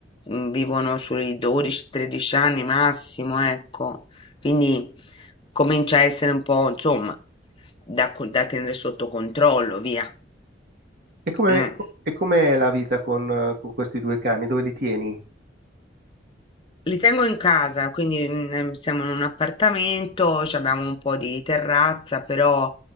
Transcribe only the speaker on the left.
mm, vivono sui 12-13 anni massimo, ecco. Quindi comincia a essere un po', insomma, da, co- da tenere sotto controllo, via.
Eh.
Li tengo in casa, quindi mm, siamo in un appartamento, ci abbiamo un po' di terrazza, però